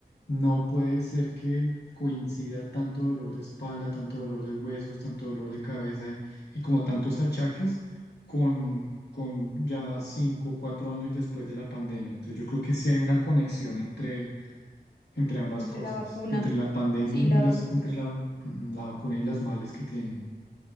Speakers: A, on the left; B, on the left.
A: no puede ser que coincida tanto dolor de espalda, tanto dolor de huesos, tanto dolor de cabeza y como tantos achaques con, con ya cinco o cuatro años después de la pandemia. Entonces yo creo que sí hay una conexión entre, entre ambas
B: Entre
A: cosas,
B: la vacuna.
A: entre la pandemia
B: Sí, la
A: y los,
B: vacuna.
A: entre la, ujú, la vacuna y los males que tienen.